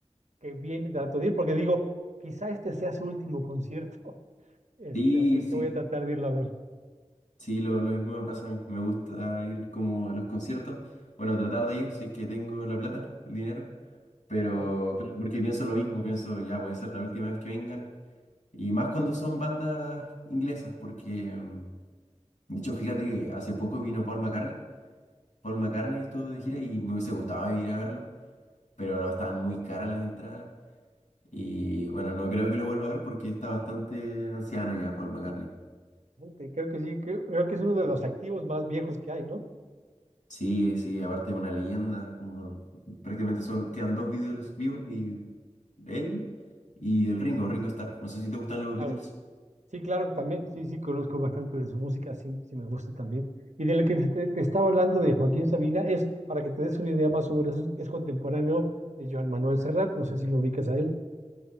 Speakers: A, on the right; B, on the left.
A: que viene trato de ir porque digo, quizá este sea su último concierto. <laughs> Este,
B: Sí,
A: así es
B: sí.
A: que voy a tratar de irlo a ver.
B: Sí, lo, lo mismo me pasa a mí. Me gusta ir como a los conciertos. Bueno, tratar de ir si es que tengo la plata, el dinero. Pero
A: Claro.
B: claro, porque pienso lo mismo, pienso ya puede ser la última vez que vengan. Y más cuando son bandas inglesas, porque mm, de hecho, fíjate que hace poco vino Paul McCartney. Paul McCartney
A: sí.
B: estuvo de gira y me hubiese gustado ir a verlo, pero no estaban muy caras las entradas. Y bueno, no creo que lo vuelva a ver porque está bastante anciano ya Paul McCartney.
A: sí, Creo que sí, creo creo que es uno de los activos más viejos que hay, ¿no?
B: Sí, sí, aparte es una leyenda, como prácticamente son, quedan dos Beatles vivos y él y el Ringo, Ringo Starr. No sé si te gustan los
A: Claro.
B: Beatles.
A: Sí, claro, también, sí, sí, conozco bastante de su música, sí, sí me gusta también. Y de lo que te, te estaba hablando de Joaquín Sabina es, para que te des una idea más o menos, es, es contemporáneo de Joan Manuel Serrat, no sé si lo ubicas a él,